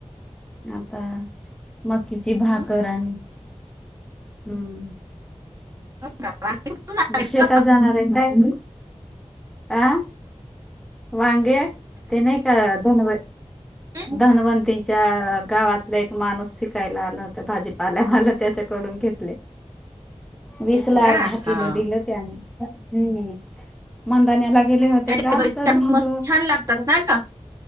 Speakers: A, in the centre; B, on the right.
A: आता मकीची भाकर
B: हं,
A: आणि हम.
B: गावाने कुठून आले
A: म्हणलं शेतात
B: ग?
A: जाणार आहे काय. आ वांग ते नाही का धन
B: हं,
A: धनवंती. च्या गावातला एक माणूस विकायला आला होता भाजीपालावाला त्याच्याकडून घेतलय <unintelligible> वीसला
B: घेतलं का
A: अर्धा किलो
B: हा
A: दिल त्याने हम मदाण्याला <inaudible> दिले होते
B: त्याच्या
A: काल
B: भरीत
A: तर
B: टाकून
A: मग.
B: मस्त छान लागतात ना ग